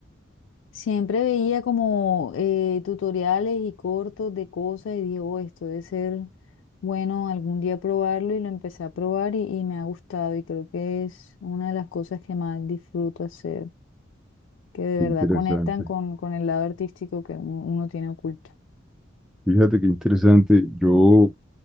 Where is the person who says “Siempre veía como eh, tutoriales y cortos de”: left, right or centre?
Left